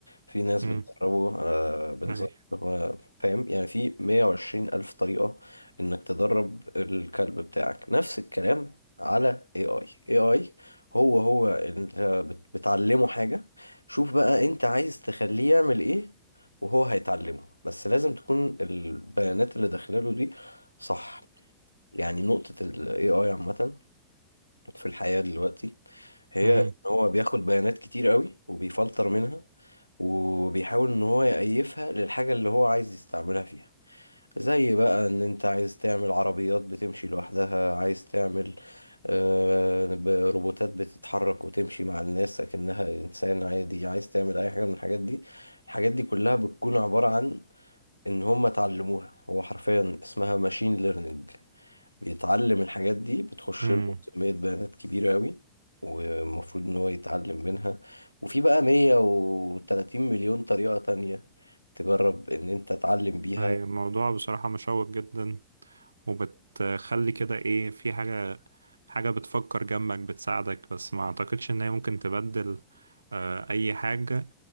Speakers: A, on the left; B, on the right.
A: في ناس
B: امم
A: بتدربه آه، بنظام
B: اي
A: اللي هو فاهم يعني في 120 ألف طريقة انك تدرب الكلب بتاعك نفس الكلام على AI AI هو هو انت بت- بتعلمه حاجة شوف بقى انت عايز تخليه يعمل ايه وهو هيتعلمه بس لازم تكون البيانات اللي داخلاله دي صح يعني نقطة ال AI عامة في الحياة دلوقتي هي
B: امم
A: ان هو بياخد بيانات كتير قوي وبيفلتر منها وبيحاول ان هو يأيفها للحاجة اللي هو عايز يستعملها فيها زي بقى ان انت عايز تعمل عربيات بتمشي لوحدها عايز تعمل آه، ب- روبوتات بتتحرك وتمشي مع الناس اكنها انسان عادي عايز تعمل اي حاجة من الحاجات دي الحاجات دي كلها بتكون عبارة عن ان هم اتعلموها هو حرفيا اسمها ماشين ليرنينج بيتعلم الحاجات دي بتخش
B: امم
A: له كمية بيانات كبيرة قوي والمفروض ان هو يتعلم منها وفي بقى 130 مليون طريقة تانية تجرب ان انت تعلم بيها
B: اي الموضوع بصراحة مشوق جدا وبتخلي كده ايه في حاجة حاجة بتفكر جنبك بتساعدك بس ما اعتقدش ان هي ممكن تبدل آه، اي حاجة